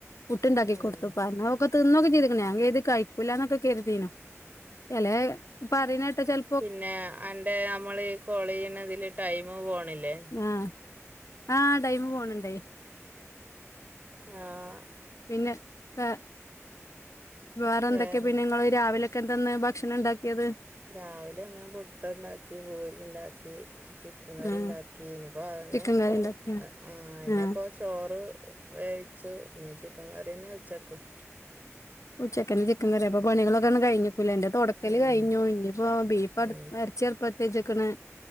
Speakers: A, on the left; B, on the right.
A: പുട്ട്ണ്ടാക്കി
B: ഉം
A: കൊടുത്തു പറഞ്ഞൊക്കെ തിന്നൊക്കെ ചെയ്തിക്ക്ണ് ഞാ കര്തി കഴിക്കൂലന്നൊക്കെ ക കെര്തീനു എലേ പറിണെട്ട ചെൽ
B: പിന്നെ അന്റെ നമ്മള് ഈ കോള്യ്യ്ണതില് ടൈമ് പോണില്ലേ
A: ആഹ് ആഹ് ടൈമ് പോണ് ണ്ട്
B: ആഹ്
A: പിന്നെ പെ വേറെന്തൊക്കെ
B: വേറെ
A: പിന്നെ ഇങ്ങള് രാവിലൊക്കെ എന്തന്ന് ഭക്ഷണംണ്ടാക്കിയത്
B: രാവിലെ ഇന്ന് പുട്ട്ണ്ടാക്കി പൂരി ഇണ്ടാക്കി ചി ക്കം കറി
A: ആഹ്
B: ഇണ്ടാക്കി ഇനിപ്പ അതന്നെപ്പോ
A: ചിക്കൻ കറി ഇണ്ടാക്കി ആഹ്
B: ആ അ എന്നെപ്പൊ
A: ആഹ്
B: ചോറ് വേവിച്ചു ഇഞ്ഞ് ചിക്കം കറിന്നെ ഉച്ചക്കും
A: ഉച്ചക്കെൻ ചിക്കം കറിയ. അപ്പ പണികളൊക്കാന്ന് കഴിഞ്ഞിക്കുലേ അന്റെ തൊടക്കല്
B: ഉം
A: കയിഞ്ഞു ഇഞ്ഞിപ്പോ ബീഫട്
B: ഉം
A: എറച്ചി അട്പ്പത്തെച്ച്ക്കണ്